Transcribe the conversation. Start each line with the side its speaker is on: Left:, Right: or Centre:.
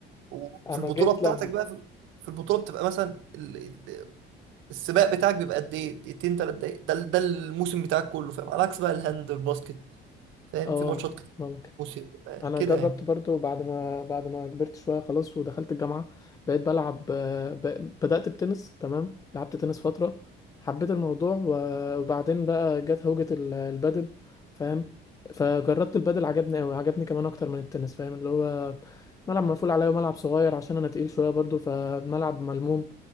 Right: وفي
Left: أنا
Right: البطوله
Left: جيت
Right: بتاعتك
Left: لما
Right: بقى في في البطوله بتبقى مثلا ال- ال- السباق بتاعك بيبقى قد ايه دقيقتين ثلاث دقايق ده ال- ده الموسم بتاعك كله فاهم على عكس بقى الهاند والباسكت فاهم
Left: اه
Right: في ماتشات كتير
Left: ممكن
Right: موسم آه،
Left: انا
Right: كده
Left: جربت
Right: يعني
Left: برضو بعد ما بعد ما كبرت شويه خلاص ودخلت الجامعه بقيت بلعب آه، ب... بدات بتنس تمام لعبت تنس فتره حبيت الموضوع و- وبعدين بقى جت هوجه ال- البادل فاهم فجربت البادل عجبني قوي عجبني كمان اكتر من التنس فاهم اللي هو ملعب مقفول عليا وملعب صغير عشان انا تقيل شويه برضو فالملعب ملموم